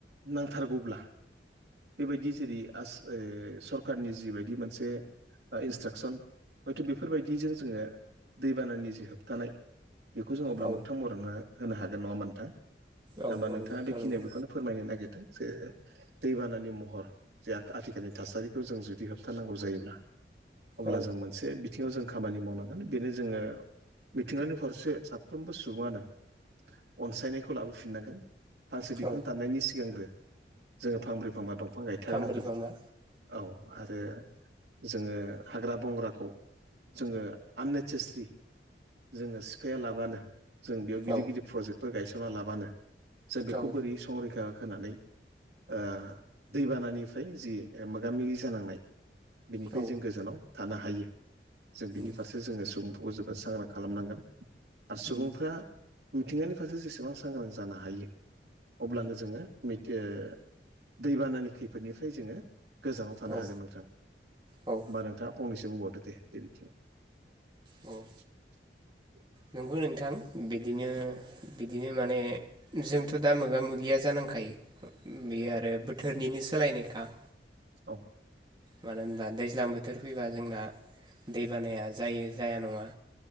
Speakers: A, on the right; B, on the right.
A: नांथारगौब्ला बेबायदि जेरै आस। ओय सरखारनि जिबायदि मोनसे। ओ इन्सट्राकसन हयथ' बेफोरबायदिजों जोङो दैबानानि जिहोब। होबथानाय बेखौ जों अब्ला
B: औ
A: मोगथां महर होनो होनो हागोन नङा होनबा नोंथां दा
B: औ
A: होमबा
B: औ
A: नोंथाङा
B: नोंथां
A: बेखिनिया
B: नंगौ
A: बेखौनो फोरमायनो नागिरदों जे दैबानानि महर जे आ आथिखालनि थासारि जों जुदि होबथानांगौ जायोब्ला अब्ला
B: औ
A: जों मोनसे बि बिथिङाव जों खामानि मावनांगोन बेनो जोङो बिथिंगानि फारसे साफ्रोमबो सुबुङानो अनसायनायखौ लाबोफिननांगोन फांसे बिफां
B: औ
A: दाननायनि सिगांग्रो जोङो फांब्रै फांबा दं फां गायथारनांगोन
B: फांब्रै फांबा
A: औ आरो जोङो हाग्रा- बंग्राखौ। जोङो आननेसासस्रि। जोङो सिफाया लाबानो जों बेयाव गिदिर-गिदिर
B: औ
A: प्रजेक्टफोर गायसनना लाबानो। जों बेखौ
B: औ
A: बोरै संरैखा होनानै ओ दैबानानिफ्राय जि। मोगा- मोगि जानांनाय। बिनिफ्राय
B: औ
A: जों गोजानाव थानो हायो जों बिनि
B: उम
A: फारसे जोङो सुबुंफोरखौ जोबोद सांग्रां। खालामनांगोन आरो सुबुंफ्रा
B: उम
A: मिथिंगानि फारसे जेसेबां सांग्रां जानो हायो। अब्लानो जोङो मितओ दैबानानि खैफोदनिफ्राय जोङो गोजानाव थानो
B: औ
A: हागोन नोंथां होमबा
B: औ
A: नोंथाङा फंनैसो बुंबावदो दे बे बिथिङाव
B: उम
A: <unintelligible>
B: नोंगौ नोंथां बिदिनो बिदिनो माने जोंथ' दा मोगा मोगिया जानांखायो बेयो आरो बोथोरनिनो सोलायनायखा
A: औ
B: मानो होनबा दैज्लां बोथोर फैबा जोंना दै बानाया जायो जाया नङा